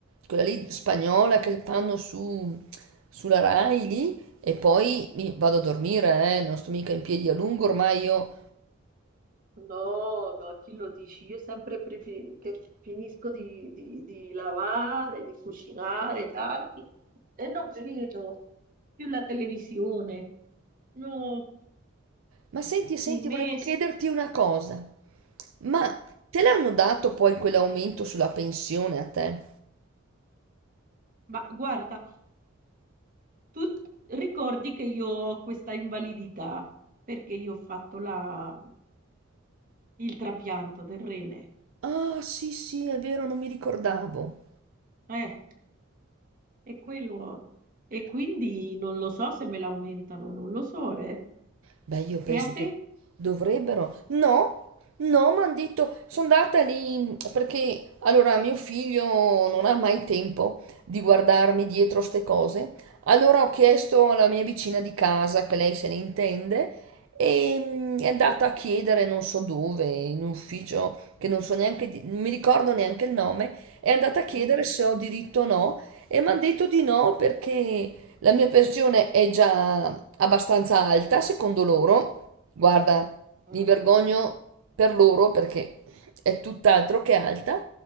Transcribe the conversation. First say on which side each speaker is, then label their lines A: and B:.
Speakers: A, on the right; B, on the right.
A: quella lì spagnola che fanno su, sulla Rai lì e poi mi vado a dormire, eh, non sto mica in piedi a lungo ormai io.
B: No, no, a chi lo dici? Io sempre prefi- che finisco di, di- di lavare, di cucinare tardi e non vedo più la televisione. No,
A: Ma senti, senti,
B: mi messo.
A: volevo chiederti una cosa, ma te l'hanno dato poi quell'aumento sulla pensione a te?
B: Ma guarda, tu ricordi che io ho questa invalidità perché io ho fatto la- il trapianto del rene.
A: Ah, sì, sì, è vero, non mi ricordavo.
B: Eh, è quello. E quindi non lo so se me l'aumentano, non lo so, eh.
A: Beh, io penso
B: E a
A: che
B: te?
A: dovrebbero. No, no, mi hanno detto, sono andata lì perché allora mio figlio non ha mai tempo di guardarmi dietro ste cose. Allora ho chiesto alla mia vicina di casa, che lei se ne intende, e mm, è andata a chiedere non so dove, in un ufficio che non so neanche, di- non mi ricordo neanche il nome, è andata a chiedere
B: Mm,
A: se ho diritto o no, e mi hanno detto di no perché. La mia pensione è già abbastanza alta, secondo loro. Guarda,
B: mm.
A: mi vergogno per loro perché è tutt'altro che alta,